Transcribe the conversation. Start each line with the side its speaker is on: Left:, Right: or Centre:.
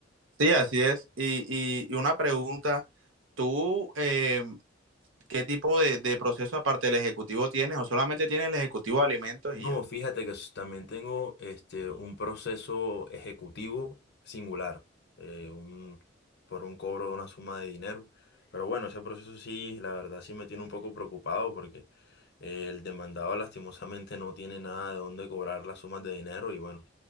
Right: Sí, así es. Y, y- y una pregunta, ¿tú eh, qué tipo de, de proceso aparte del ejecutivo tienes o solamente tienes el ejecutivo de alimentos
Left: No,
Right: y ya?
Left: fíjate que s- también tengo este, un proceso ejecutivo singular, eh, un, por un cobro de una suma de dinero. Pero bueno, ese proceso sí, la verdad sí me tiene un poco preocupado porque eh, el demandado lastimosamente no tiene nada de dónde cobrar las sumas de dinero y bueno,